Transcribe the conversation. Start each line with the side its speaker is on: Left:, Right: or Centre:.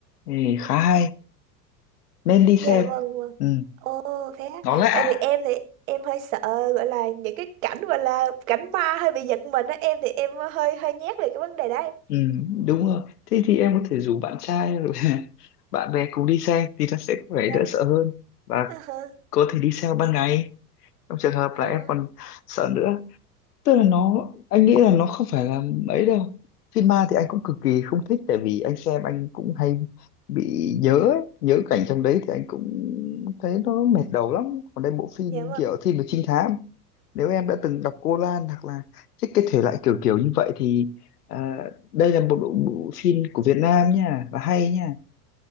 Left: ừ, khá hay nên đi xem
Right: dạ vâng vâng
Left: ừ,
Right: ồ thế á.
Left: nó lạ
Right: tại vì em thì em hơi sợ gọi là những cái cảnh gọi là cảnh ma hơi bị giật mình á em thì em hơi hơi nhát về cái vấn đề đấy
Left: Ừ, đúng rồi. Thế thì em có thể rủ bạn trai rồi <laughs> bạn bè cùng đi xe thì nó sẽ có vẻ
Right: Dạ
Left: đỡ sợ hơn và
Right: À, hả?
Left: có thể đi xe ban ngày trong trường hợp
Right: à,
Left: là em còn sợ nữa tức là nó anh nghĩ là nó không phải là ấy đâu phim ma thì anh cũng cực kỳ không thích tại vì anh xem anh cũng hay bị nhớ ấy. nhớ cảnh trong đấy thì anh cũng thấy nó mệt đầu lắm còn đây bộ phim
Right: dạ vâng.
Left: kiểu phim về trinh thám nếu em đã từng đọc Cô Lan hoặc là thích cái thể loại kiểu kiểu như vậy thì à, đây là một bộ, bộ phim của Việt Nam nha và hay nha